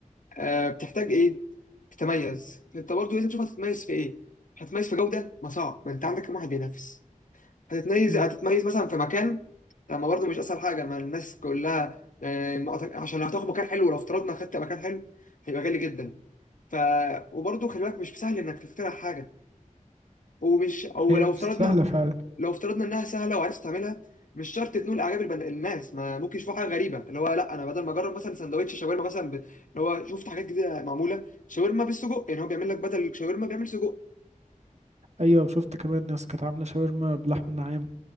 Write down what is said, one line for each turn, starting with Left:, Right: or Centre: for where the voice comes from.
Left: آه بتحتاج ايه تتميز انت برضه لازم تشوف هتتميز في ايه هتتميز في جوده ما صعب ما انت عندك كام واحد بينافس هتتميز
Right: مم.
Left: هتتميز مثلا في مكان طب ما برضه مش اسهل حاجه ما الناس كلها آه، ما أعتق- عشان لو هتاخد مكان حلو لو افترضنا خدت مكان حلو هيبقى غالي جدا ف وبرضه خلي بالك مش سهل انك تخترع حاجه ومش او
Right: هي
Left: لو
Right: مش
Left: افترضنا
Right: سهلة فعلا
Left: لو افترضنا انها سهله وعرفت تعملها مش شرط تنول اعجاب البن... الناس ما ممكن يشوفوا حاجه غريبه اللي هو لا انا بدل ما اجرب مثلا سندوتش شاورما مثلا ب... اللي هو شفت حاجات جديده معموله شاورما بالسجق يعني هو بيعمل لك بدل الشاورما بيعمل سجق
Right: أيوة وشفت كمان ناس كانت عاملة شاورما بلحم النعام